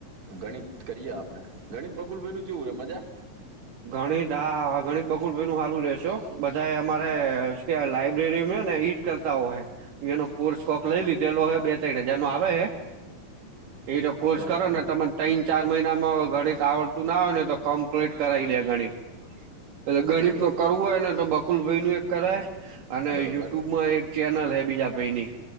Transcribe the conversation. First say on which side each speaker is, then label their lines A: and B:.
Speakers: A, on the right (about 55°); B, on the right (about 75°).
A: ગણિત કરીએ આપડે ગણિત બકુલ ભાઈ નું કેવું રે મજા
B: ગણિત હા હા ગણિત બકુલ ભાઈનું હારું રેસે હો બધાયે અમારે સુ કેવાય લાઈબ્રેરી ને ઈ કરતા હો હય એનો કોર્સ કોક લઈ લીધેલો હોય બે ત્રીર હજાર નો આવે હ એ જો કોર્સ
A: બરોબર
B: કરો ને તમને ત્રન ચાર મહિનામાં ગણિત આવડતું ના હોય ને તો કમ્પ્લીટ કરાવી દે ગણિત એટલે ગણિત
A: બરોબર
B: ન
A: બ-
B: કરવું હોય ને તો બકુલ ભાઈ નું એક કરાય અને
A: બરોબર
B: યુટ્યુબમાં એક ચેનલ હે બીજા ભાઈની